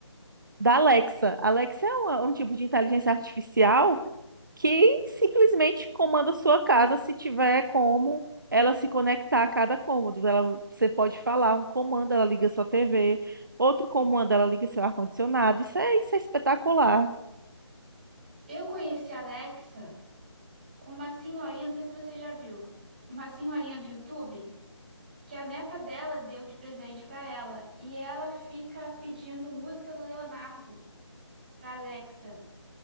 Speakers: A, on the right (about 45°); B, on the right (about 20°).
A: da Alexa. Alexa é uma- um tipo de inteligência artificial que simplesmente comanda sua casa se tiver como ela se conectar a cada cômodo. Ela, você pode falar um comando, ela liga sua TV, outro comando, ela liga seu ar-condicionado. Isso é, isso é espetacular.
B: Eu conheci a Alexa. com uma senhorinha, não sei se você já viu, uma senhorinha do YouTube que a neta dela deu de presente pra ela e ela fica pedindo música do Leonardo pra Alexa.